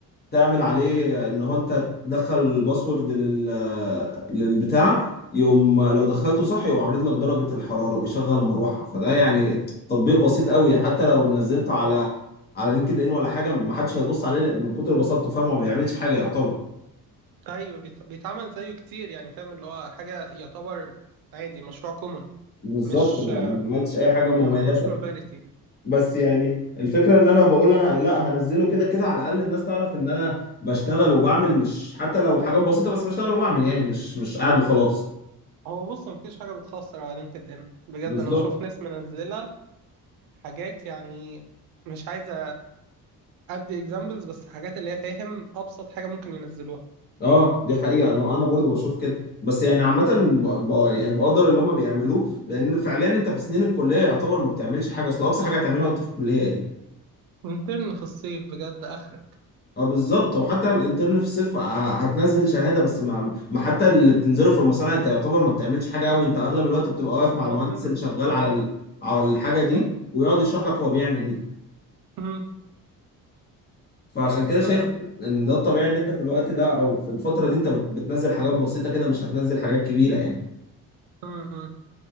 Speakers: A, on the left (about 30°); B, on the right (about 75°).
A: تعمل عليه آه، ان هو انت تدخل الباسورد لل آه، للبتاع يقوم آه، لو دخلته صح يقوم عارض لك درجه الحراره ويشغل مروحه فده يعني تطبيق بسيط قوي حتى لو نزلته على على لينكد ان ولا حاجه محدش هيبص عليه من كتر بساطته فاهم هو ما بيعملش حاجه يعتبر
B: أيوه بيت- بيتعمل زيه كتير يعني فاهم اللي هو حاجة يعتبر عادي مشروع كومون
A: بالظبط
B: مش
A: ما ما عملتش اي حاجه مميزه
B: ما فيهوش نوفاليتي
A: بس يعني الفكره ان انا بقول انا لا هنزله كده كده على الاقل الناس تعرف ان انا بشتغل وبعمل مش حتى لو حاجات بسيطه بس بشتغل وبعمل يعني مش مش قاعد وخلاص
B: هو بص مفيش حاجة بتخسر على لينكد إن بجد
A: بالظبط
B: أنا بشوف ناس منزلة حاجات يعني مش عايزة أدي إكزامبلز بس حاجات اللي هي فاهم أبسط حاجة ممكن ينزلوها
A: اه دي حقيقه انا انا برضو بشوف كده بس يعني عامه ب... ب... يعني بقدر اللي هم بيعملوه لان فعليا انت في سنين الكليه يعتبر ما بتعملش حاجه اصل اقصى حاجه هتعملها وانت في الكليه ايه
B: انترن في الصيف بجد آخرك
A: اه بالظبط وحتى الانترن في الصيف ه- هتنزل شهاده بس ما, ما حتى اللي بتنزله في المصانع انت يعتبر ما بتعملش حاجه قوي انت اغلب الوقت بتبقى واقف مع
B: أه
A: المهندس
B: بتنزل
A: اللي شغال
B: تتفرج
A: على ال... على الحاجه دي
B: صح؟
A: ويقعد يشرح لك هو بيعمل ايه
B: مم.
A: فعشان كده شايف
B: نعم
A: ان ده الطبيعي ان انت في الوقت ده او في الفتره دي انت بت... بتنزل حاجات بسيطه كده مش هتنزل حاجات كبيره يعني
B: مم. مم.